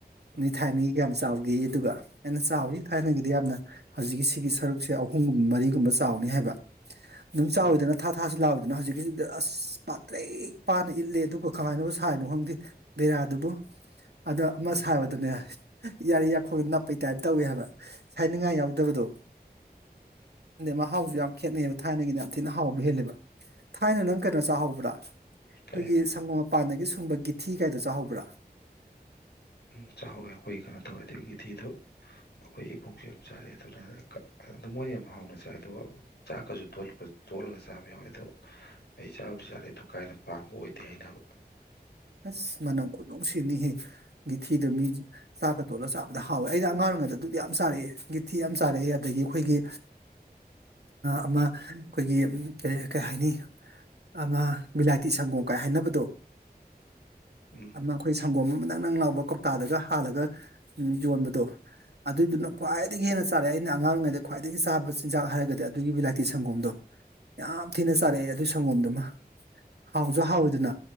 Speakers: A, on the left (about 85°); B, on the right (about 80°).
A: ꯎꯝ
B: ꯅꯣꯏ ꯊꯥꯏꯅꯒꯤ ꯀꯌꯥꯝ ꯆꯥꯎꯈꯤ ꯑꯗꯨꯒ ꯑꯩꯅ ꯆꯥꯎꯌꯤ ꯊꯥꯏꯅꯒꯤꯗꯤ ꯌꯥꯝꯅ ꯍꯧꯖꯤꯛꯀꯤ ꯁꯤꯒꯤ ꯁꯔꯨꯛꯁꯦ ꯑꯍꯨꯝꯒ ꯃꯔꯤꯒꯨꯝꯕ ꯆꯥꯎꯅꯤ ꯍꯥꯏꯕ ꯑꯗꯨꯝ ꯆꯥꯎꯌꯤꯗꯅ
A: ꯎꯝ
B: ꯊꯥ ꯊꯥꯁꯨ ꯂꯥꯛꯑꯣꯢꯗꯅ ꯍꯧꯖꯤꯛ ꯗ ꯑꯁ ꯄꯥꯠꯇ꯭ꯔꯦꯛ ꯄꯥꯅ ꯏꯠꯂꯦ ꯑꯗꯨꯒ ꯀꯃꯥꯏꯅꯣ ꯁꯥꯏꯅꯣ ꯈꯪꯗꯦ ꯇ‌ꯦꯔꯥꯗꯨꯕꯨ ꯑꯗ ꯑꯃ
A: ꯎꯝ
B: ꯁꯥꯕꯗꯅꯦ ꯌꯥꯔꯤ ꯌꯥꯈꯣꯡꯗ ꯅꯞꯄꯩ ꯇꯥꯏꯞ ꯇꯧꯏꯦ ꯍꯥꯏꯕ ꯍꯥꯏꯅꯤꯡꯉꯥꯏ ꯌꯥꯎꯗꯕꯗꯣ ꯃꯍꯥꯎꯁꯨ ꯌꯥꯝ ꯈꯦꯠꯅꯩꯕ ꯊꯥꯏꯅꯒꯤꯅ ꯌꯥꯝ ꯊꯤꯅ ꯍꯥꯎꯕ ꯍꯦꯜꯂꯦꯕ ꯊꯥꯏꯅ ꯅꯪ ꯀꯩꯅꯣ ꯆꯥꯍꯧꯕ꯭ꯔꯥ ꯑꯩꯈꯣꯏꯒꯤ
A: ꯀꯩ
B: ꯁꯪꯒꯣꯝ ꯃꯄꯥꯟꯗꯒꯤ ꯁꯨꯡꯕ ꯒꯤꯊꯤ ꯀꯥꯏꯗ ꯆꯥꯍꯧꯕ꯭ꯔꯥ
A: ꯎꯝ ꯆꯥꯍꯧꯋꯦ ꯑꯩꯈꯣꯏꯒꯤ ꯀꯩꯅꯣ ꯇꯧꯋꯦ ꯑꯗꯒꯤꯒꯤꯊꯤꯗꯣ ꯑꯩꯈꯣꯏ ꯏꯕꯣꯛꯁꯨ ꯌꯥꯝ ꯆꯥꯔꯦ ꯑꯗꯨꯅ ꯑꯗꯨ ꯃꯣꯏꯅ ꯌꯥꯝ ꯍꯥꯎꯅ ꯆꯥꯏꯦ ꯑꯗꯣ ꯆꯥꯛꯀꯁꯨꯛꯄ ꯇꯣꯠꯂꯒ ꯆꯥꯕ ꯌꯥꯎꯋꯦ ꯑꯗꯣ ꯑꯩ ꯆꯥꯕꯗꯤ ꯆꯥꯗꯦ ꯑꯗꯨ ꯀꯥꯏꯅ ꯄꯥꯝꯕ ꯑꯣꯏꯗꯦ ꯍꯥꯏꯅꯕ
B: ꯑꯁ ꯃꯅꯝ ꯈꯨꯠꯅꯨꯡꯁꯤꯅꯤꯍꯦ ꯒꯤꯊꯤꯗ ꯃꯤ ꯆꯥꯛꯀ ꯇꯣꯠꯂꯒ ꯆꯥꯕꯗ ꯍꯥꯎꯋꯦ ꯑꯩꯗꯤ ꯑꯉꯥꯡꯔꯤꯉꯩꯗ ꯑꯗꯨꯗꯤ ꯌꯥꯝ ꯆꯥꯔꯛꯑꯦ ꯒꯤꯊꯤ ꯌꯥꯝ ꯆꯥꯔꯛꯑꯦ ꯑꯗꯒꯤ ꯑꯩꯈꯣꯏꯒꯤ ꯑꯃ ꯑꯩꯈꯣꯏꯒꯤ ꯀ ꯀꯩ ꯍꯥꯏꯅꯤ ꯑꯃ ꯃꯤꯂꯥꯏꯇꯤ ꯁꯪꯒꯣꯝ ꯀꯥꯏ ꯍꯥꯏꯅꯕꯗꯣ
A: ꯎꯝ
B: ꯑꯃ ꯑꯩꯈꯣꯏ ꯁꯪꯒꯣꯝ ꯑꯃ ꯅꯪ ꯅꯪ ꯂꯥꯎꯕ ꯀꯧꯇꯥꯗꯒ ꯍꯥꯜꯂꯒ ꯌꯣꯟꯕꯗꯣ ꯑꯗꯨꯏꯗꯨꯅ
A: ꯎꯝ
B: ꯈ꯭ꯋꯥꯏꯗꯒꯤ ꯍꯦꯟꯅ ꯆꯥꯔꯦ ꯑꯩꯅ ꯑꯉꯥꯡ ꯑꯣꯏꯔꯤꯉꯩꯗ ꯈ꯭ꯋꯥꯏꯗꯒꯤ ꯆꯥꯕ ꯆꯤꯟꯖꯥꯛ ꯍꯥꯏꯔꯒꯗꯤ ꯑꯗꯨꯒꯤꯕꯨ ꯂꯥꯏꯇꯤ ꯁꯪꯒꯣꯝꯗꯣ ꯌꯥꯝ ꯊꯤꯅ ꯆꯥꯔꯛꯑꯦ ꯑꯗꯨ ꯁꯪꯒꯣꯝꯗꯨꯃ ꯍꯥꯎꯁꯨ
A: ꯎꯝ
B: ꯍꯥꯎꯋꯤꯗꯅ